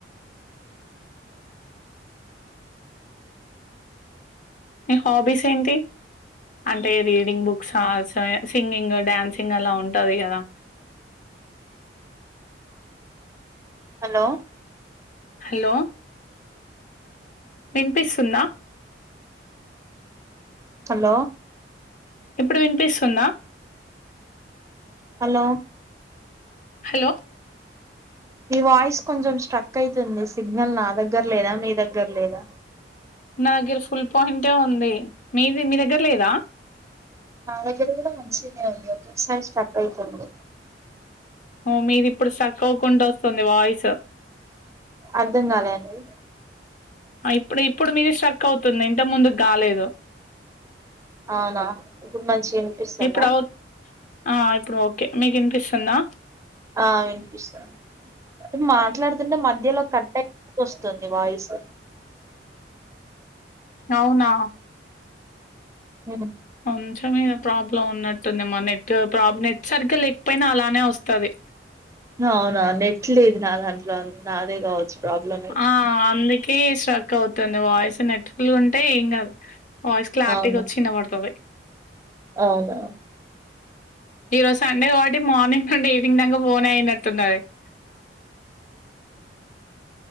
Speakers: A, on the left (about 45°); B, on the right (about 15°).
A: మీ హాబీస్ ఏంటి అంటే రీడింగ్ బుక్స్ ఆ సో సింగింగ్ డ్యాన్సింగ్ అలా ఉంటది కదా
B: హలో
A: హలో విన్పిస్తుందా
B: హలో
A: ఎప్పుడు విన్పిస్తుందా
B: హలో
A: హలో
B: మీ వాయిస్ కొంచెం స్ట్రక్ అయితుంది సిగ్నల్ నా దగ్గర లేదా మీ దగ్గర లేదా.
A: నా దగ్గర ఫుల్ పాయింటే ఉంది మీది మీ దగ్గర లేదా.
B: నా దగ్గర కూడా మంచిగానే ఉంది ఒక్కోసారి స్ట్రక్ అయితుంది.
A: హో మీది ఇప్పుడు సక్ అవకుండా వస్తుంది వాయిసు.
B: అర్ధంకాలే అండి
A: ఇప్పుడు ఇప్పుడు మీది స్ట్రక్ అవుతుంది ఇంతకు ముందు కాలేదు.
B: అవునా ఇప్పుడు మంచి వినిపిస్తుందా.
A: ఇప్పుడు అవు ఆ ఇప్పుడు ఓకే మీకు ఇనిపిస్తుందా.
B: ఆ వినిపిస్తంది మాట్లాడుతుంటే మధ్యలో కటై వస్తుంది వాయిస్
A: అవునా
B: ఉ
A: ఒనచమేద ప్రాబ్లం ఉన్నట్టుంది మా నెట్ ప్రాబ్లమ్ నెట్ సరిగ్గా లేకపోయినా అలానే వస్తది.
B: అవునా నెట్ లేదు నా దాంట్లో అన్ నాదే కావచ్చు. ప్రాబ్లం అయితే
A: ఆ అందుకే స్ట్రక్ అవుతుంది వాయిస్ నెట్కులు అంటే ఏం కాదు. వాయిస్ క్లారిటీగా
B: అవును
A: వచ్చి వినపడతది.
B: అవునా
A: ఈరోజు సండే కాబట్టి మార్నింగ్ నుండి ఈవినింగ్ దాక ఫోన్ అయినట్టున్నది. <inaudible>